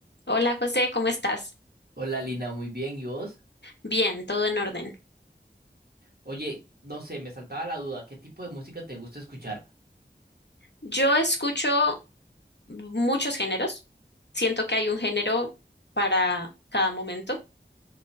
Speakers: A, on the left (about 70°); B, on the right (about 55°).
A: Hola José, ¿cómo estás?
B: Hola Lina, muy bien, ¿y vos?
A: Bien, todo en orden.
B: Oye, no sé, me saltaba la duda, ¿qué tipo de música te gusta escuchar?
A: Yo escucho muchos géneros. Siento que hay un género para cada momento.